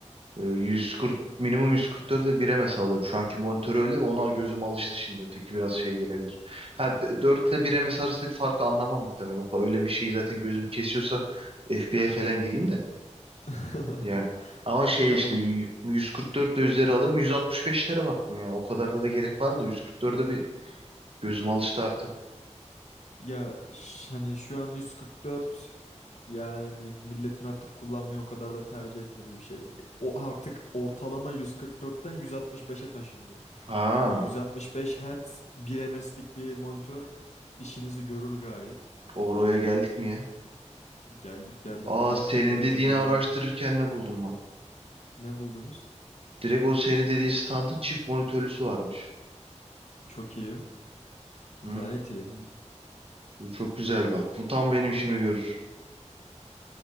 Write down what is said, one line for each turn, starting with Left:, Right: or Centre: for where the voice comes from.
Right: Ee, 140 minimum 144'e 1'e mi saldırdım? Şu anki monitör öyle. Ona gözüm alıştı şimdi. Öteki biraz şey gelebilir. Ha, 4 ile 1'e mi sarsak farkı anlamam muhtemelen. O- Öyle bir şeyi zaten gözüm kesiyorsa FB'ye falan gireyim de.
Left: <laughs>
Right: Yani ama şey
Left: Hocam
Right: işte
Left: o
Right: y- 144 ile üzeri alırım. 165'lere baktım ya. O kadarına da gerek var da 144'e bir gözüm alıştı artık.
Left: ya ş- hani şu an 144 yani milletin artık kullanmayı o kadar da tercih etmediği bir şey. O artık ortalama 144'ten 165'e taşındı.
Right: Aa,
Left: Hani 165 Hz 1 ms'lik bir monitör işinizi görür gayet.
Right: oraya geldik mi ya?
Left: Geldik geldik
Right: Aa
Left: hocam
Right: senin
Left: teknoloji
Right: dediğini
Left: ilerliyor.
Right: araştırırken ne buldum ben?
Left: Ne buldunuz?
Right: Direkt o senin dediğin standın çift monitörlüsü varmış.
Left: Çok iyi.
Right: Hmm.
Left: Gayet iyi.
Right: Bu çok güzel bak. Bu tam benim işimi görür.